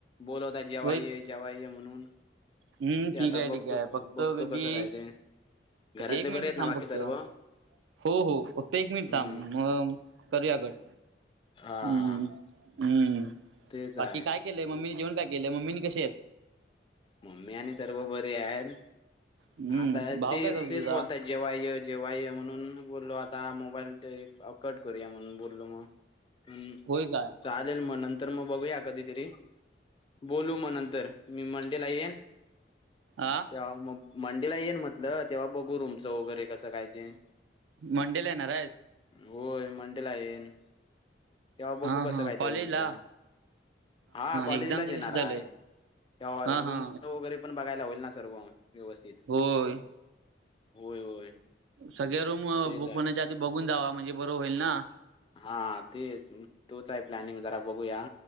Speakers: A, on the left (about 25°); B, on the right (about 85°).
A: बोलवता जेवाय
B: होय
A: ये जेवाय य म्हणून
B: हम्म
A: ते
B: ठीक
A: आता
B: आहे ठीक
A: बघतो
B: आहे फक्त
A: बघतो
B: कधी
A: कस काय ते घरातले
B: एक मिनिट
A: बरे आहेत ना
B: थांब
A: बाकी
B: फक्त
A: सर्व
B: हो हो हो एक मिनिट
A: हम्म
B: थांब मग करूया कट,
A: हा
B: हम् हम्म.
A: तेच
B: बाकी
A: आहे
B: काय केलंय मम्मीनी जेवण काय केलंय मम्मीनी कसे आहेत.
A: मम्मी आणि सर्व बरे आहेत
B: हम्म
A: आता
B: भाऊ
A: ते
B: काय करतो
A: तेच
B: तुझा
A: बोलतायेत जेवाय ये जेवाय ये म्हणून बोललो आता मोबाईल ते कट करूया म्हणून बोललो मग हम
B: होय काय.
A: चालेल म नंतर म बघूया कधीतरी, बोलू म नंतर मी म्हण ला येन <unintelligible>
B: आ?
A: तेव्हा मग मंडेला येईन म्हटलं तेव्हा बघू रुमचं वगैरे कसं काय ते
B: मंडेला येणार आहेस
A: होय मंडेला येईन तेव्हा बघू
B: हा
A: कसं
B: हा
A: काय
B: कॉलेजला
A: ते रूमचं हा कॉलेजलाच
B: एक्झाम
A: येणार
B: कशी चालू
A: आहे
B: आहेत
A: तेव्हा
B: हा
A: रूमच
B: हा
A: वरे ते पण बघायला होईल ना सर्व व्यवस्थित
B: होय.
A: होय होय
B: सगळ्या रूम
A: तेच
B: बुक
A: आहे.
B: होण्याच्या आधी बघून जावा, म्हणजे बर होईल ना.
A: हा तेच तोच आहे प्लॅनिंग जरा बघूया